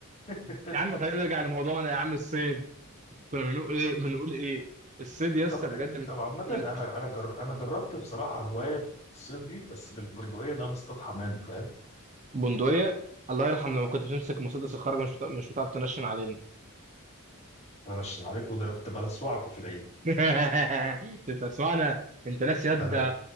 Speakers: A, on the left; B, on the right.
A: <laughs>
B: يا عم خلينا نرجع لموضوعنا يا عم الصيد كنا بنقول ايه بنقول ايه الصيد يا اسطى
A: طب
B: بجد من
A: طب عامة
B: من
A: انا انا جر... انا جربت بصراحة هواية الصيد دي بس بالبندقية ان انا اصطاد حمام فاهم
B: بندقية الله يرحم لما كنت بتمسك مسدس الخرج مش بتع- مش بتعرف تنشن علينا
A: انا مش عليكم ده انا كنت بلسوعكم في العيد
B: <laughs> انت سمعنا انت ناس يد
A: ده انا